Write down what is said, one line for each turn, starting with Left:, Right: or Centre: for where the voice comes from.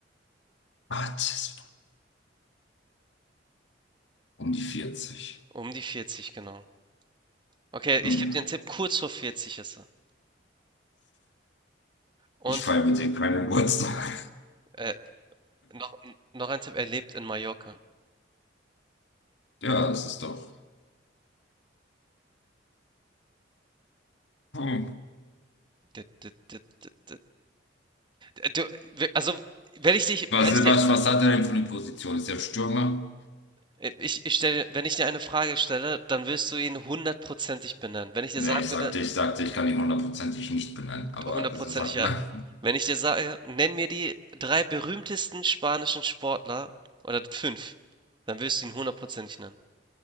Left: Ach, das ist um die 40.
Right: Um die vierzig genau. Okay, ich
Left: Hm.
Right: gebe dir einen Tipp, kurz vor 40 ist er. Und
Left: Ich feiere mit dem keinen Geburtstag.
Right: äh, noch, noch ein Tipp, er lebt in Mallorca.
Left: Ja, das ist doch. Hm.
Right: D d d d d Äh, du, we also, wenn ich dich
Left: Was,
Right: wenn ich dir
Left: was, was hat er denn für eine Position? Ist er Stürmer?
Right: äh, ich ich stelle wenn ich dir eine Frage stelle, dann wirst du ihn hundertprozentig benennen. Wenn ich dir
Left: Nee,
Right: sagen
Left: ich
Right: würde
Left: sagte, ich sagte, ich kann ihn hundertprozentig nicht benennen. Aber
Right: hundertprozentig,
Left: also, sag
Right: ja.
Left: mal.
Right: Wenn ich dir sage: „Nenn mir die 3 berühmtesten spanischen Sportler“ oder 5, dann wirst du ihn hundertprozentig nennen.